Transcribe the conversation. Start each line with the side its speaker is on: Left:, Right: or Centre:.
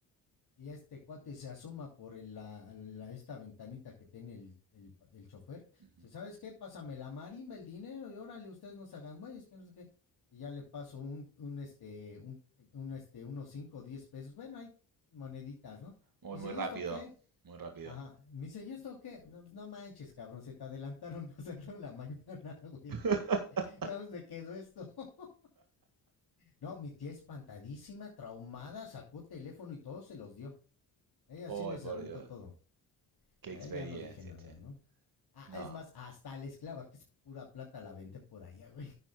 Left: Y ya este cuate se asoma por el- la, la- esta ventanita que tiene el, el pa- el chofer.
Right: Ujú.
Left: Dice, ¿sabes qué? Pásame la marimba, el dinero, y órale, ustedes no se hagan güeyes, que no sé qué. Y ya le paso un, un este, un, un, este, unos 5 o 10 pesos. Bueno, hay moneditas, ¿no?
Right: Muy,
Left: Me dice,
Right: muy
Left: ¿y
Right: rápido.
Left: esto qué?
Right: Muy rápido.
Left: Ajá. Me dice, ¿y esto qué? No, pues, no manches, cabrón, se te adelantaron, <laughs> pasaron en la mañana, güey.
Right: <laughs>
Left: Ya me quedó esto. <laughs> no, mi tía espantadísima, traumada, sacó teléfono y todo se los dio. Ella
Right: Ay,
Left: sí les
Right: por
Left: aventó
Right: Dios.
Left: todo.
Right: Qué
Left: Ya,
Right: experiencia,
Left: ya no dije nada,
Right: che.
Left: ¿no? Ah,
Right: No.
Left: es más, hasta la esclava, que es pura plata, la vente por allá, güey.